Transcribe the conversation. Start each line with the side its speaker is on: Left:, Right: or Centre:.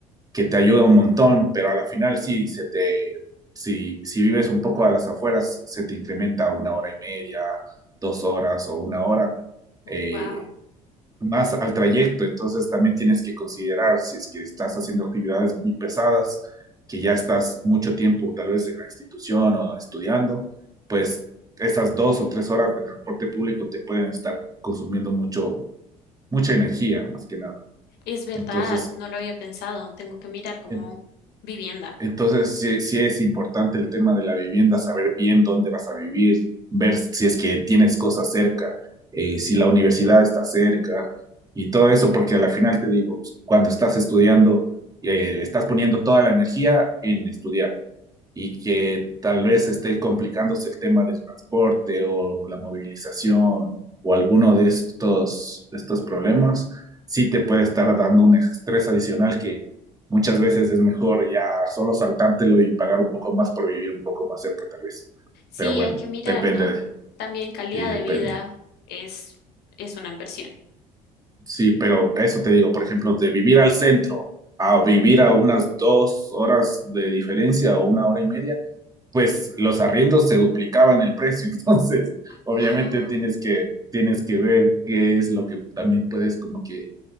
Right: que te ayuda un montón, pero a la final sí, se te, si, si vives un poco a las afueras, se te incrementa a una hora y media, dos horas o una hora.
Left: Oh,
Right: Eh,
Left: wow.
Right: más al trayecto, entonces también tienes que considerar si es que estás haciendo actividades muy pesadas, que ya estás mucho tiempo tal vez en la institución o estudiando, pues esas dos o tres horas de transporte público te pueden estar consumiendo mucho, mucha energía más que nada.
Left: Es verdad,
Right: Entonces
Left: no lo había pensado. Tengo que mirar como
Right: En-
Left: vivienda.
Right: Entonces, sí, sí es importante el tema de la vivienda, saber bien dónde vas a vivir, ver si es que tienes cosas cerca, eh, si la universidad está cerca y todo eso, porque a la final te digo, pues, cuando estás estudiando, eh, estás poniendo toda la energía en estudiar y que tal vez esté complicándose el tema del transporte o la movilización o alguno de estos, de estos problemas, sí te puede estar dando un estrés adicional que muchas veces es mejor ya solo saltártelo y pagar un poco más por vivir un poco más cerca tal vez.
Left: Sí,
Right: Pero bueno,
Left: hay que mirar,
Right: depende,
Left: ¿no?
Right: de,
Left: También calidad
Right: sí, depende.
Left: de vida es, es una inversión.
Right: Sí, pero eso te digo, por ejemplo, de vivir al centro a vivir a unas dos horas de diferencia o una hora y media, pues los arriendos se duplicaban el precio. <laughs> Entonces, obviamente
Left: Wow.
Right: tienes que, tienes que ver qué es lo que también puedes como que,